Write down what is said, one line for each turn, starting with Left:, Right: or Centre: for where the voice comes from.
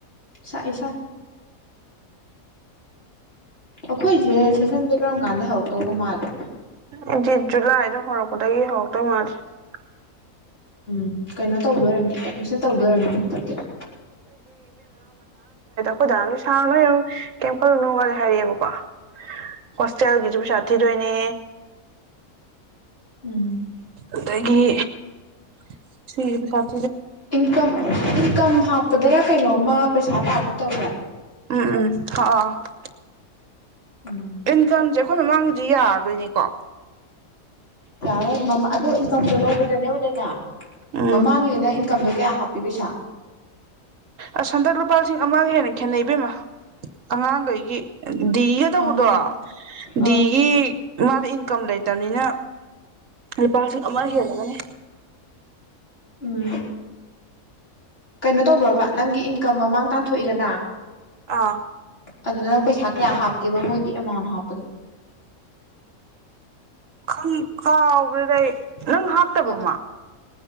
Left: ꯁꯥꯏꯦ ꯁꯥꯏ ꯑꯩꯈꯣꯏꯁꯦ ꯁꯦꯁꯟꯁꯦ ꯀꯔꯝ ꯀꯥꯟꯗ ꯍꯧꯔꯛꯇꯧꯕ ꯃꯥꯜꯂꯦ
Right: <unintelligible>
Left: ꯎꯝ ꯀꯩꯅꯣ ꯇꯧꯗꯣꯏꯔꯝꯅꯤ ꯑꯦꯗꯃꯤꯁꯟ ꯇꯧꯗꯣꯏꯔꯝꯅꯤ ꯍꯟꯗꯛꯇꯤ
Right: ꯑꯩꯈꯣꯏꯗꯥ ꯅꯣꯏ ꯁꯥꯔ ꯅꯣꯏ ꯀꯩꯝ ꯈꯜꯂꯨꯅꯣ ꯈꯂꯦ ꯍꯥꯏꯔꯛꯑꯦꯕꯀꯣ ꯍꯣꯁꯇꯦꯜꯒꯤꯁꯨ ꯄꯩꯁꯥ ꯊꯤꯗꯣꯏꯅꯦ
Left: ꯎꯝ
Right: ꯑꯗꯒꯤ <unintelligible>
Left: ꯏꯟꯀꯝ ꯏꯟꯀꯝ ꯍꯥꯞꯄꯗꯔ ꯀꯩꯅꯣꯝꯃ ꯄꯩꯁꯥ ꯇꯥꯕ ꯇꯧꯕ
Right: ꯎꯝ ꯎꯝ
Left: ꯎꯝ
Right: ꯏꯟꯀꯝꯖ ꯑꯩꯈꯣꯏ ꯃꯃꯥꯡꯗꯤ ꯌꯥꯔꯗꯣꯏꯅꯤꯀꯣ
Left: ꯌꯥꯔꯣꯏ ꯑꯗꯨꯗꯣ ꯏꯟꯀꯝꯗꯣ ꯂꯧꯕꯗꯅꯦ ꯎꯂꯦꯅ
Right: ꯎꯝ
Left: ꯃꯃꯥꯡꯂꯤꯅ ꯏ ꯏꯟꯀꯥꯝꯗꯣ ꯀꯌꯥ ꯍꯥꯞꯄꯤꯕꯁꯥ
Right: ꯑꯁ ꯍꯥꯗꯥꯛ ꯂꯨꯄꯥ ꯂꯤꯁꯤꯡ ꯑꯃꯃꯥꯡꯒ ꯍꯥꯏꯅ ꯈꯦꯅꯩꯕꯤꯃ ꯑꯉꯥꯡꯈꯩꯒꯤ ꯗꯤꯒ ꯇꯧꯕꯗꯣ
Left: ꯑꯥ ꯑꯥ
Right: ꯗꯤꯒꯤ ꯃꯥꯗꯤ ꯏꯟꯀꯝ ꯂꯩꯇꯝꯅꯤꯅ ꯂꯨꯄꯥ ꯂꯤꯁꯤꯡ ꯑꯃ ꯍꯦꯜꯂꯒꯅꯦ
Left: ꯎꯝ ꯀꯩꯅꯣ ꯇꯧꯕ꯭ꯔꯕ ꯅꯪꯒꯤ ꯏꯟꯀꯝ ꯃꯃꯥꯡ ꯇꯥꯟꯊꯣꯛꯏꯗꯅ
Right: ꯑꯥ
Left: ꯑꯗꯨꯗ ꯅꯪ ꯄꯩꯁꯥ ꯀꯌꯥ ꯍꯥꯞꯀꯦꯕ ꯃꯣꯏꯒꯤ ꯑꯦꯃꯥꯎꯟ ꯍꯥꯞꯄꯗꯣ
Right: ꯈꯪ ꯀꯥꯎꯒ꯭ꯔꯦꯗ ꯑꯩ ꯅꯪ ꯍꯥꯞꯇꯕ꯭ꯔꯣꯃꯥ
Left: ꯑꯣ